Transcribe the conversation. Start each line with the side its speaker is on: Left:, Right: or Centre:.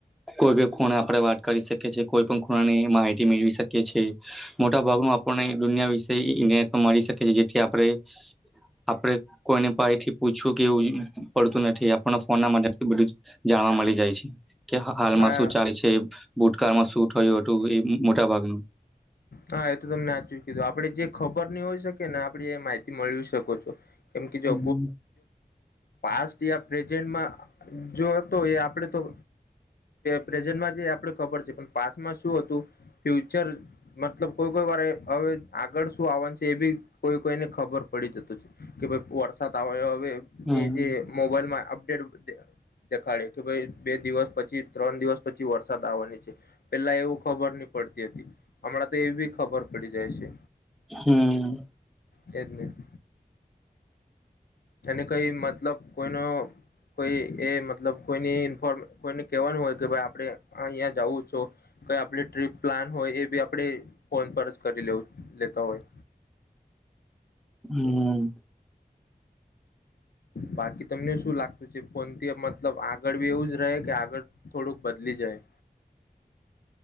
Centre: કોઈ પણ ખૂણે આપણે વાત કરી શકીએ છીએ કોઈ પણ ખૂણાની માહિતી મેળવી શકીએ છીએ મોટા ભાગનું આપણને દુનિયા વિશે ઇરટમાં મળી શકીી જેથી આપણે આપડે કોઈને પા એથી પૂછવું કે એવું પડતું નથી ફોન બધું જાણવા મળી જાય છે કે હાલમાં
Left: હા
Centre: શું ચાલે છે ભૂતકાળમાં શું થયું હતું એ મોટા ભાગનું
Left: હા એ તો તમને સાચું કીધું આપડે જે ખબર નની હોય શકે ને આપડી એ માહિતી મેળવી શકો છો કેમ કે જો
Centre: હમ
Left: પાસ્ટ યા પ્રેઝન્ટમાં જો તો એ આપડે તો પ્રેઝન્ટમાં જે આપડે ખબર છે પણ પાસ્ટમાં શું હતું ફ્યુ મતલબ કોઈ કોઈ વારે હવે આગળ શું આવવાનું છે એ બી કોઈ કોઈને ખબર પડી જત છે કે ભાઈ વરસાદ આવે હ
Centre: હમ
Left: જે મોબાઈલમાં અડેટ દેખાડ કે ભ બે દિવસ પછી ત્રણ દિવસ પછી વરસાદ આવવાની છે પેલા એવું ખબર નહ પડતી હમણાં તો એ બી ખબર પડી જાય છે
Centre: હમ
Left: કેડમિટ અને કઈ મતલબ કોઈનો કોઈ એ મતલબ કોઈની ઇન્ફોર્મે કોઈને કહેવાનું હોય કે ભાઈ આપણે અહીંયા જવું છું કઈ આપણી ટ્રીપ પ્લાન હોય એ બી આપણે ફોન પર જ કરી લેવ લેતા હોય
Centre: હમ
Left: બાકી તમને શું લાગતું છે ફોનથી મતલબ આગળ બી એવું જ રહે કે આગળ થોડુંક બદલી જાય